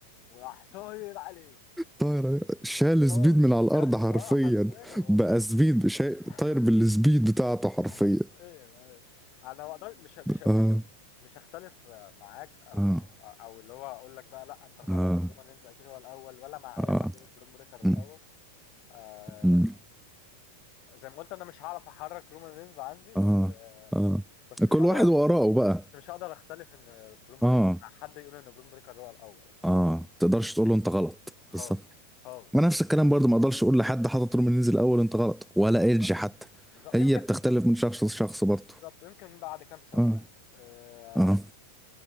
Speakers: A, on the left (about 40°); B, in the centre.
A: وراح طاير عليه سبيد
B: طاير
A: سبيد
B: شال
A: طار
B: سبيد من
A: اتشقلب
B: على الارض حرفيا
A: اه حرفيا والله
B: بقى سبيد شا...
A: <laughs>
B: طاير بالسبيد بتاعته حرفيا
A: حرفيا أيوة. انا ما أقدر- مش مش مش
B: اه
A: مش هختلف معاك او
B: اه
A: او اللي هو اقول لك بقى لا انت غلط
B: اه
A: ورومان رينز اكيد هو الاول ولا مع
B: اه
A: اي حد يقول بروم بريكر
B: م-
A: الاول آه
B: م-
A: زي ما قلت انا مش هعرف احرك رومان رينز عندي بس
B: اه
A: آه
B: اه
A: بس مش
B: كل
A: هقدر
B: واحد وآراءه بقى
A: مش هقدر اختلف ان بروم
B: اه
A: بريكر حد يقول ان بروم بريكر هو الاول الصراحه
B: اه تقدرش تقول له انت غلط
A: خالص
B: بالظبط
A: خالص
B: ونفس الكلام
A: صراحه
B: برضو ما اقدرش اقول لحد حاطط طول من ينزل الاول انت غلط ولا
A: بالظبط
B: ايدج حتى
A: بالظبط
B: هي
A: يمكن
B: بتختلف من شخص لشخص برضو
A: بالظبط ويمكن بعد كام سنة
B: اه
A: آه،
B: اه